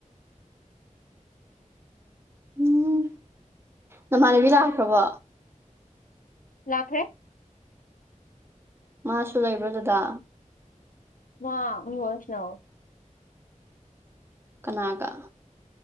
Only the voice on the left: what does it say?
ꯂꯥꯛꯈ꯭ꯔꯦ
ꯃꯥ <unintelligible> ꯋꯥꯔꯤ ꯁꯥꯟꯅꯍꯧꯋꯤ